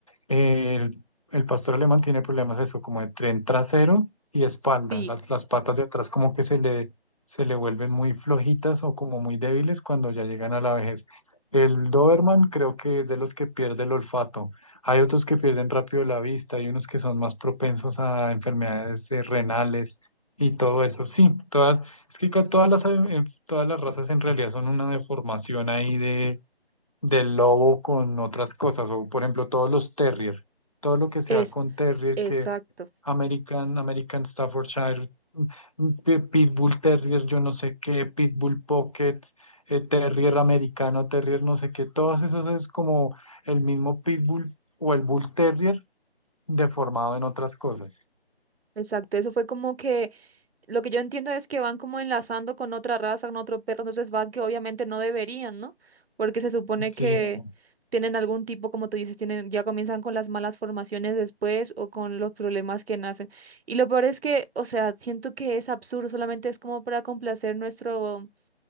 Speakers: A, on the left (about 35°); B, on the right (about 70°).
A: El, el pastor alemán tiene problemas eso, como de tren trasero y espalda.
B: Sí,
A: Las, las patas de atrás como que se le, se le vuelven muy flojitas o como muy débiles cuando ya llegan a la vejez. El Doberman creo que es de los que pierde el olfato. Hay otros que pierden rápido la vista, hay unos que son más propensos a enfermedades eh, renales y todo eso. Sí, todas, es que ca- todas las, eh, todas las razas en realidad son una deformación ahí del lobo con otras cosas, o por ejemplo todos los terrier, todo lo que sea
B: es,
A: con terrier,
B: exacto,
A: que American, American Staffordshire, mm, pi- Pitbull Terrier, yo no sé qué, Pitbull Pocket, eh, Terrier americano, Terrier no sé qué, todas esas es como el mismo Pitbull o el Bull Terrier deformado en otras cosas.
B: exacto. Eso fue como que Lo que yo entiendo es que van como enlazando con otra raza, con otro perro, entonces van que obviamente no deberían, ¿no? Porque se supone
A: Sí,
B: que
A: no.
B: tienen algún tipo, como tú dices, tienen, ya comienzan con las malas formaciones después o con los problemas que nacen. Y lo peor es que, o sea, siento que es absurdo, solamente es como para complacer nuestro,